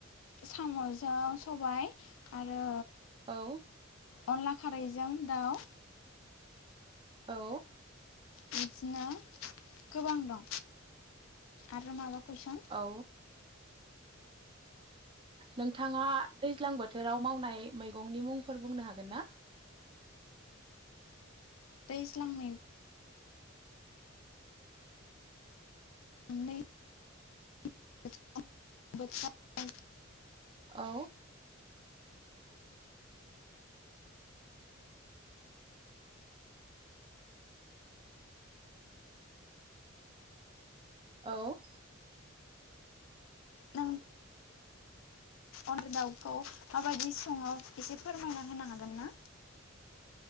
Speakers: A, on the left; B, on the right.
A: साम'जों सबाय आरो
B: औ।
A: अनला खारैजों दाउ,
B: औ।
A: बिदिनो गोबां दं आरो माबाखौ कुइसन?
B: औ नोंथाङा दैज्लां बोथोराव मावनाय मैगंनि मुंफोर बुंनो हागोन ना?
A: दैल्जां मै <unintelligible>
B: औ। औ।
A: नों अनला दाउखौ माबायदि सङो एसे फोरमायना होनो हागोन ना?